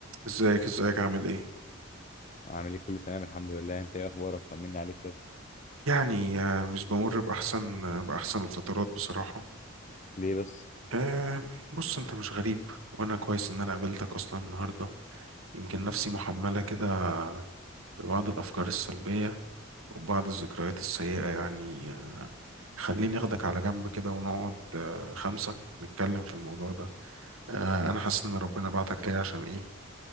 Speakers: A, on the right; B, on the left.
A: ازيك ازيك عامل ايه
B: عامل ايه كله تمام الحمد لله انت ايه اخبارك طمني عليك كده
A: يعني آه، مش بمر باحسن آه، باحسن الفترات بصراحه
B: ليه بس
A: آه بص انت مش غريب وانا كويس ان انا قابلتك اصلا النهارده يمكن نفسي محمله كده ببعض الافكار السلبيه وبعض الذكريات السيئه يعني آه، خليني اخدك على جنب كده ونقعد آه، خمسه نتكلم في الموضوع ده آه انا حاسس ان ربنا بعتك ليا عشان ايه